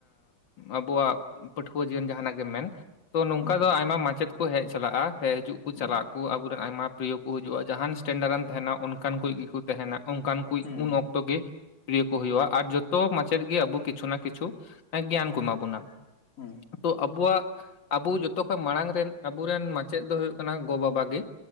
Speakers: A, on the left; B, on the left.
A: ᱟᱵᱚᱣᱟᱜ ᱯᱟᱹᱴᱷᱩᱣᱟᱹ ᱡᱤᱭᱚᱱ ᱡᱟᱦᱟᱸᱱᱟᱜ ᱜᱮᱢ ᱢᱮᱱ ᱛᱳ ᱱᱚᱝᱠᱟ
B: ᱦᱩᱸ
A: ᱫᱚ ᱟᱭᱢᱟ ᱢᱟᱪᱮᱫ ᱠᱚ ᱦᱮᱡ ᱪᱟᱞᱟᱜᱼᱟ᱾ ᱦᱮᱡ ᱦᱤᱡᱩᱜ ᱠᱩ
B: ᱦᱩᱸ
A: ᱪᱟᱞᱟᱜ ᱠᱩ ᱟᱵᱚᱨᱮᱱ ᱟᱭᱢᱟ ᱯᱨᱤᱭᱚ ᱠᱚ ᱦᱤᱡᱩᱜᱼᱟ᱾ ᱡᱟᱸᱦᱟᱸᱱ ᱤᱥᱴᱮᱱᱰᱟᱨ ᱮᱢ ᱛᱟᱦᱮᱱᱟ ᱚᱱᱠᱟᱱ ᱠᱚᱡ ᱜᱤᱠᱚ ᱛᱟᱦᱮᱸᱱᱟ ᱚᱝᱠᱟᱱ ᱠᱩᱭᱤᱡ
B: ᱦᱩᱸ
A: ᱩᱱ ᱚᱠᱛᱚ ᱜᱮ ᱯᱨᱤᱭᱚ ᱠᱚ ᱦᱩᱭᱩᱜᱼᱟ, ᱟᱨ ᱡᱚᱛᱚ ᱢᱟᱪᱮᱫ ᱜᱮ ᱟᱵᱚ ᱠᱤᱪᱷᱩ ᱱᱟ ᱠᱤᱪᱷᱩ ᱜᱮᱭᱟᱱ ᱠᱚ ᱮᱢᱟ ᱵᱚᱱᱟ᱾
B: ᱦᱩᱸ
A: ᱛᱚ ᱟᱵᱚᱣᱟᱜ ᱟᱵᱚ ᱡᱚᱛᱚᱠᱷᱚᱡ ᱢᱟᱲᱟᱝ ᱨᱮᱱ ᱟᱵᱩᱨᱮᱱ ᱢᱟᱪᱮᱫ ᱫᱚ ᱦᱩᱭᱩᱜ ᱠᱟᱱᱟ ᱜᱚᱼᱵᱟᱵᱟ ᱜᱮ᱾